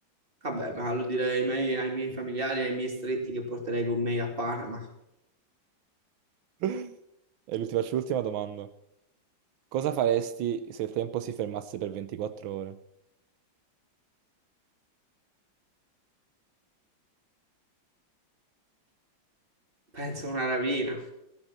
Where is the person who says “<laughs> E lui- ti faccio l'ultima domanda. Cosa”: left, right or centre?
Right